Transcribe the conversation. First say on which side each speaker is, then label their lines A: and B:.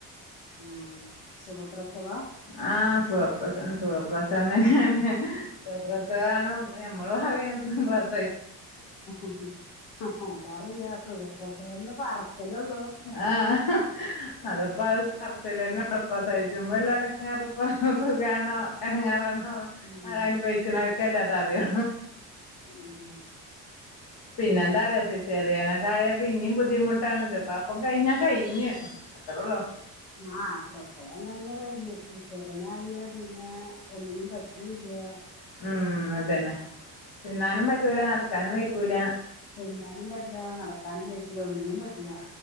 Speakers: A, on the left (about 70°); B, on the left (about 55°).
A: മം സുഖപ്രസവ
B: ആഹ സുഖപ്രസവം സുഖപ്രസവം തന്നെയാണ് സുഖപ്രസവം നമ്മൾ പറയും പ്രസ
A: ഉം അതറിയാം സുഖപ്രസവം ഒന്ന് പറച്ചിലൊള്ളൂ
B: <unintelligible> ആഹ് അതപ്പോ അത് പറച്ചിലന്നെ ഇണ്ടാവു പ്രസവിചുമ്പോ ഇള എടങ്ങേറ് <unintelligible> സുഖമാണോ <unintelligible>
A: ഉം
B: അനുഭവിച്ച അനുഭവിക്കനോക്കലെ അറിയൂ
A: ഉം
B: <inaudible> പിന്നെ എന്താറിയ സിസേറിയൻ ആയാൽ പിന്നയും ബുദ്ധിമുട്ടാാണ് ഇത്പ്പ അപ്പം കഴിഞ്ഞാ കഴിഞ്ഞ് അത്ര ഉള്ളൂ -
A: ആഹ് പ്രസവം കഴിഞ്ഞ കഴിഞ്ഞ സിസേറിയൻ ആയ പിന്നെ ഒന്നിനും പറ്റല്ലോ-
B: ഉം അതന്നെ തിന്നാനും പറ്റൂല നടക്കാനും വെക്കൂല
A: തിന്നാനും പറ്റില്ല നടക്കാനും പറ്റില്ല ഒന്നിനും പറ്റില്ല.